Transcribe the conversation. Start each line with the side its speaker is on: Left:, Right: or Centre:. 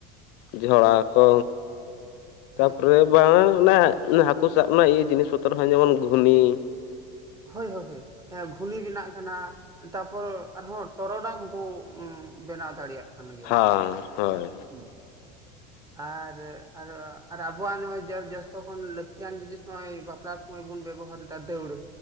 Left: ᱡᱷᱚᱲᱟ ᱠᱚ ᱛᱟᱯᱚᱨᱮ
Right: ᱦᱮᱸ ᱦᱮᱸ
Left: <unintelligible> ᱚᱱᱮ ᱦᱟᱹᱠᱩ ᱥᱟᱵ ᱨᱮᱱᱟᱜ ᱤᱭᱟᱹ ᱡᱤᱱᱤᱥ ᱯᱚᱛᱚᱨ ᱦᱚᱸ ᱡᱮᱢᱚᱱ ᱜᱷᱩᱱᱤ᱾
Right: ᱦᱚ ᱦᱚᱭ ᱦᱚᱭ ᱦᱮᱸ ᱜᱷᱩᱱᱤ ᱢᱮᱱᱟᱜ ᱢᱮᱱᱟᱜᱼᱟ ᱛᱟᱯᱚᱨ ᱟᱨᱦᱚᱸ ᱴᱚᱨᱚᱰᱟᱝ ᱦᱚᱸᱠᱚ ᱵᱮᱱᱟᱣ ᱫᱟᱲᱮᱭᱟᱜ ᱠᱟᱱ ᱜᱮᱭᱟ
Left: ᱦᱮᱸ ᱦᱳᱭ
Right: ᱦᱩᱸ᱾ ᱟᱨ ᱟᱨ ᱟᱨ ᱟᱵᱚᱣᱟᱜ ᱱᱚᱜᱼᱚᱭ ᱡᱚ ᱡᱚ ᱡᱚᱥᱛᱚ ᱠᱷᱚᱱ ᱞᱟᱹᱠᱛᱤᱭᱟᱱ ᱡᱤᱱᱤᱥ ᱱᱚᱜᱼᱚᱭ ᱵᱟᱯᱞᱟ ᱥᱚᱢᱚᱭ ᱵᱚᱱ ᱵᱮᱵᱚᱦᱟᱨ ᱮᱫᱟ ᱫᱟᱹᱣᱲᱟᱹ᱾